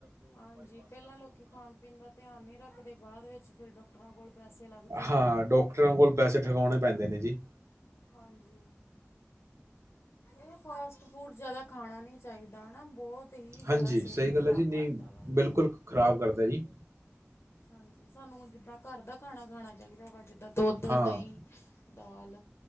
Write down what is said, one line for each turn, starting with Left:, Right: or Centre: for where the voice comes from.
Left: ਹਾਂਜੀ ਪਹਿਲਾਂ ਲੋਕੀ ਖਾਣ ਪੀਣ ਦਾ ਧਿਆਨ ਨਹੀਂ ਰੱਖਦੇ ਬਾਅਦ ਵਿੱਚ ਫਿਰ ਡਾਕਟਰਾਂ ਕੋਲ ਪੈਸੇ ਲੱਗਦੇ
Right: ਹਾਂ
Left: ਆ
Right: ਡਾਕਟਰਾਂ ਕੋਲ ਪੈਸੇ ਠਕਾਉਣੇ ਪੈਂਦੇ ਨੇ ਜੀ।
Left: ਹਾਂਜੀ ਇਹ ਫਾਸਟ ਫੂਡ ਜਾਦਾ ਖਾਣਾ ਨੀ ਚਾਹੀਦਾ ਹਨਾ ਬਹੁਤ ਹੀ ਜ਼ਿਆਦਾ
Right: ਹਾਂਜੀ
Left: ਸਿਹਤ
Right: ਸਹੀ
Left: ਨੂੰ
Right: ਗੱਲ
Left: ਖਰਾਬ
Right: ਹੈ ਜੀ
Left: ਕਰਦਾ
Right: ਨਹੀਂ
Left: ਵਾ ਇਹ
Right: ਬਿਲਕੁਲ ਖ਼ਰਾਬ ਕਰਦਾ ਜੀ।
Left: ਹਾਂਜੀ ਸਾਨੂੰ ਜਿੱਦਾਂ ਘਰ ਦਾ ਖਾਣਾ ਖਾਣਾ ਚਾਹੀਦਾ ਵਾ ਜਿੱਦਾਂ ਦੁੱਧ,
Right: ਹਾਂ
Left: ਦਹੀ। ਦਾਲ।